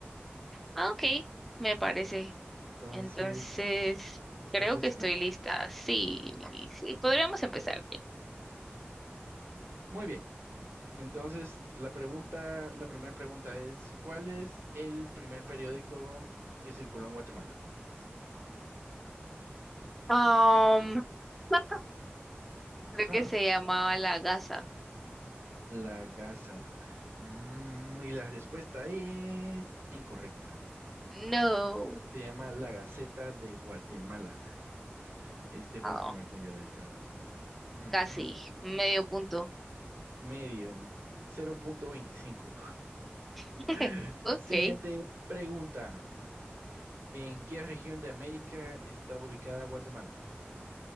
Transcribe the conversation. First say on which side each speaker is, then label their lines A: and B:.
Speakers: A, in the centre; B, on the right.
A: Ah, ok, me parece.
B: Entonces,
A: Entonces,
B: ¿estás
A: creo
B: lista?
A: que estoy lista. Sí, sí, podríamos empezar bien.
B: Muy bien. Entonces, la pregunta, la primera pregunta es, ¿cuál es el primer periódico que circuló en Guatemala?
A: Am, <laughs>
B: Ajá,
A: creo que se llamaba la gasa.
B: La Gaza. Mm, y la respuesta es incorrecta.
A: No.
B: Se llama La Gaceta de Guatemala. Este fue
A: Ah,
B: el primer periódico de Guatemala. Ujú.
A: casi, medio punto.
B: Medio, cero punto veinticinco.
A: <laughs>
B: <laughs>
A: Ok.
B: Siguiente pregunta. ¿En qué región de América está ubicada Guatemala?